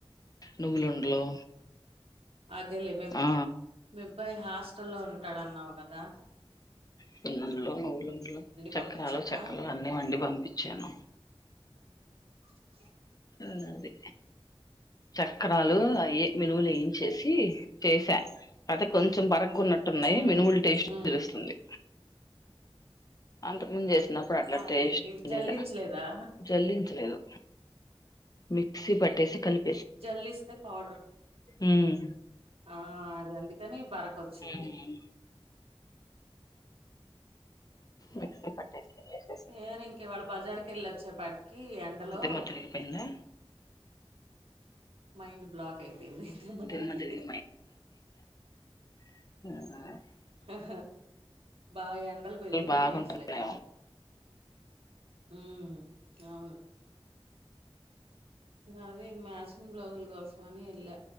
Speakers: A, on the left (about 40°); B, on the right (about 70°).
A: నువ్వులుండలు
B: అదేలే మీ
A: ఆ
B: మీ అబ్బాయి హాస్టల్లో ఉంటాడు అన్నావు గదా
A: సున్నుండలు నువ్వులుండలు చక్రాలు
B: పంపించావా
A: చెక్కలు అన్నీ వండి పంపిచాను
B: <inaudible>
A: ఉమ్ అది చక్రాలు ఏ మినువులు ఏం చేసి చేసా అదే కొంచెం బరగ్గ ఉన్నట్టున్నాయి
B: ఉమ్
A: మినువుల టేస్ట్
B: ఉమ్
A: తెలుస్తుంది అంతకుముందు జేసినప్పుడు అట్లా
B: అదేంటి
A: టేస్ట్
B: జల్లించలేదా
A: లేలా జల్లించలేదు మిక్సీ పట్టేసి కలిపి
B: జల్లిస్తే పౌడర్
A: ఉమ్
B: ఆ అదే అందుకని బరకొచ్చింది
A: ఉమ్, మిక్సీ పట్టేసి వేసేసా
B: ఏ ఇంక ఇవ్వాళ బజార్ కెళ్ళి వచ్చ పాటి కి ఎండలో
A: దిమ్మ తిరిగిపోయిందా
B: మైండ్ బ్లాక్ అయిపోయింది దిమ్మి
A: దిమ్మ
B: దిరిగి
A: తిరిగి ఆ
B: ఆ బా ఎండలు పెరిగిపోయినా
A: బాగుంటున్నాయి
B: అసలు ఇక్కడ ఉ అవును అదే ఇం మ్యాచింగ్ బ్లౌజుల కోసం అని వెళ్ళ